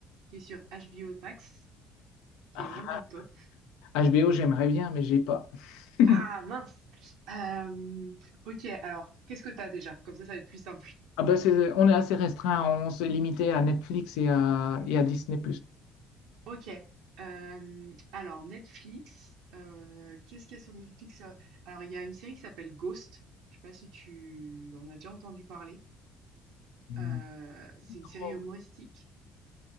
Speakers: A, on the right; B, on the left.
A: qui est sur HBO Max, qui
B: Ah,
A: est vraiment top.
B: HBO, j'aimerais bien, mais j'ai pas. <laughs>
A: Ah mince! Euh, ok, alors, qu'est-ce que t'as déjà? Comme ça, ça va être plus simple.
B: Ah bah c'est, on est assez restreint, on s'est limité à Netflix et à, et à Disney+.
A: Ok. euh, alors, Netflix, euh, qu'est-ce qu'il y a sur Netflix? euh Alors, il y a une série qui s'appelle Ghost. Je sais pas si tu en as déjà entendu parler.
B: Non.
A: Euh, c'est une
B: Trop.
A: série humoristique.